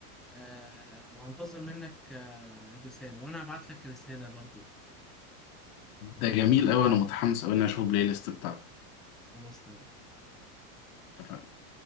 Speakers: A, in the centre; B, on the left (about 70°).
A: آه وهنتظر منك آه رسالة وانا هبعت لك رسالة برضو
B: ده جميل
A: تمام
B: اوي انا متحمس اوي ان أنا اشوف البلاي ليست بتاعتك
A: خلاص تمام
B: اتفقنا